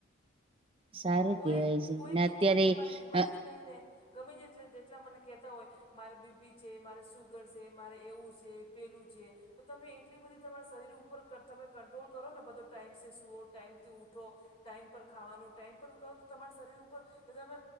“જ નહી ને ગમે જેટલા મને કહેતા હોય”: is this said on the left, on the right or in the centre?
Left